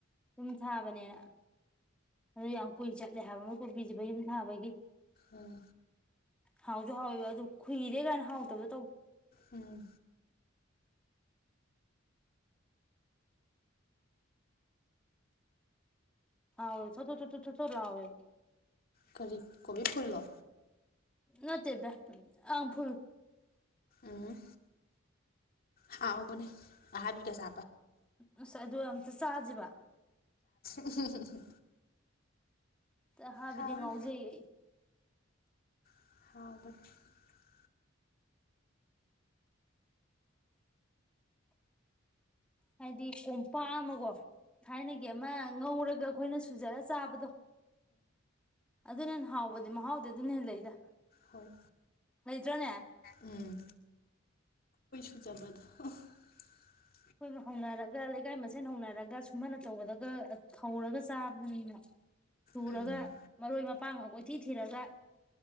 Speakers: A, in the centre; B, on the left.
A: ꯌꯨꯝ ꯊꯥꯕꯅꯦꯅ ꯑꯗꯨ ꯌꯥꯝ ꯀꯨꯏ ꯆꯠꯂꯦ ꯍꯥꯏꯕ ꯃꯣꯏ ꯀꯣꯕꯤꯁꯤ ꯃꯌꯨꯝ ꯊꯥꯕꯒꯤ
B: ꯎꯝ
A: ꯍꯥꯎꯁꯨ ꯍꯥꯎꯋꯦꯕ ꯑꯗꯨ ꯈꯨꯏꯔꯦ ꯀꯥꯏ ꯍꯥꯎꯇ <inaudible>
B: ꯎꯝ
A: ꯍꯥꯎꯋꯦ ꯊꯣꯠ ꯊꯣꯠ ꯊꯣꯠ ꯊꯣꯠ ꯊꯣꯠ ꯂꯥꯎꯋꯦ
B: ꯀꯔꯤ ꯀꯣꯕꯤ ꯐꯨꯜꯂꯣ
A: ꯅꯠꯇꯦꯗ ꯑ ꯐꯨꯜ
B: ꯎꯝ ꯍꯥꯎꯕꯅꯦ ꯑꯍꯥꯕꯤ ꯀꯁꯥ
A: ꯑꯁ ꯑꯗꯨ ꯑꯝꯇ ꯆꯥꯁꯤꯕ
B: <unintelligible>
A: ꯑꯍꯥꯏꯕꯤꯗꯤ
B: ꯍꯥꯎꯅꯤ
A: ꯉꯥꯎꯖꯩꯌꯦ
B: <unintelligible>
A: ꯍꯥꯏꯗꯤ ꯀꯣꯝꯄꯥꯛ ꯑꯃ ꯀꯣ ꯊꯥꯏꯅꯒꯤ ꯑꯃ ꯉꯧꯔꯒ ꯑꯩꯈꯣꯏꯅ ꯁꯨꯖꯔ ꯆꯥꯕꯗꯣ ꯑꯗꯨꯅꯍꯦꯟ ꯍꯥꯎꯕꯗꯤ ꯃꯍꯥꯎꯗꯤ ꯑꯗꯨꯅ ꯍꯦ ꯂꯩꯗ
B: ꯍꯣꯏ
A: ꯂꯩꯇ꯭ꯔꯅꯦ
B: ꯎꯝ <unintelligible>
A: ꯑꯩꯈꯣꯏ ꯃꯍꯧꯅꯔ ꯂꯩꯀꯥꯏ ꯃꯁꯦꯟ ꯍꯧꯅꯔꯒ ꯁꯨꯃꯟ ꯑꯆꯧꯕꯗꯒ ꯊꯧꯔꯒ ꯆꯥꯕꯗꯨꯅꯤꯅ ꯁꯨꯔꯒ
B: ꯎꯝ
A: ꯃꯔꯣꯏ ꯃꯄꯥꯡꯒ ꯀꯣꯏꯊꯤ ꯊꯤꯔꯒ